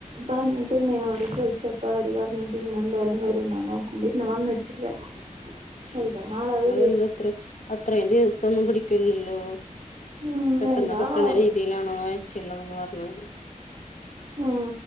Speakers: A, on the right; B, on the left.
A: പറഞ്ഞഞ് പെണ്ണിയനോട് ചോദിച്ചപ്പോ അവര് പറഞ്ഞത് ഇന്നെന്തായാലും വരുംന്നാ നോക്കുമ്പോ ഇന്ന് വന്നിട്ടില്ല. ചെലപ്പം നാളെ വേ
B: എന്തത്ര അത്രയും ദിവസംന്നും പിടിക്കലല്ലോ?
A: ഉം
B: പെട്ടെന്ന്
A: എന്താണാവോ
B: കിട്ടണ രീതിയിലാണോ വയച്ചുള്ളതന്ന് പറഞ്ഞാ മതി
A: ഉം